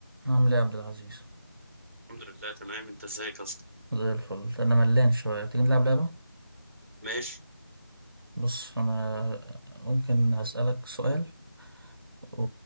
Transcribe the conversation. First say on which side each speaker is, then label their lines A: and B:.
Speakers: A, on the right; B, on the right.
A: عامل ايه يا عبد العزيز
B: الحمد لله تمام انت ازيك اصلا
A: زي الفل انا ملان شويه تيجي نلعب لعبه
B: ماشي
A: بص انا ممكن هسألك سؤال و...